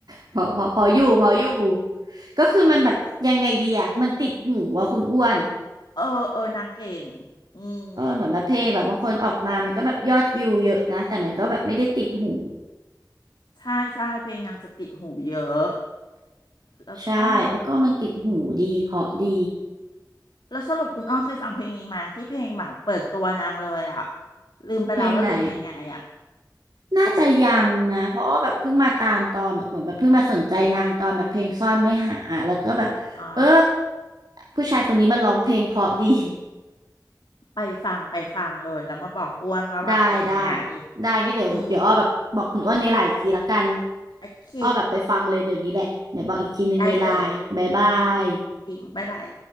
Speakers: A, on the right; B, on the left.
A: เพราะเพราะเพราะอยู่เพราะอยู่ก็คือมันแบบยังไงดีอ่ะมันติดหูว่าคุณอ้วน
B: เออเออนางเก่งอืม
A: เออเหมือนแบบเพลงแบบบางคนออกมามันก็แบบยอดวิวเยอะนะแต่มันก็แบบไม่ได้ติดหู
B: ใช่ใช่เพลงนางจะติดหูเยอะแล้วก็
A: ใช่แล้วก็มันติดหูดีเพราะดี
B: แล้วสรุปคุณอ้อเคยฟังเพลงนี้มาที่เพลงแบบเปิดตัวนางเลยอ่ะลืมไปแล้วว่าลืมยังไงอ่ะ
A: เพลงไหน น่าจะยังนะ เพราะอ้อแบบเพิ่งมาตามตอนแบบเหมือนแบบเพิ่งมาสนใจนางตอนแบบเพลงซ่อนไม่หา แล้วก็แบบ
B: อ๋อ
A: เออ ผู้ชายคนนี้มันร้องเพลงเพราะดี
B: ไปฟังไปฟังเลยแล้วมาบอกอ้วนว่าแบบเป็นยังไง
A: ได้ได้ได้งั้นเดี๋ยวเดี๋ยวอ้อแบบบอกคุณอ้วนในไลน์อีกทีละกัน
B: อืมโอเค
A: อ้อแบบไปฟังเลยเดี๋ยวนี้แหละเดี๋ยวบอกอีกทีหนึ่งในไลน์บายบาย
B: ได้เลยดีมบ๊ายบาย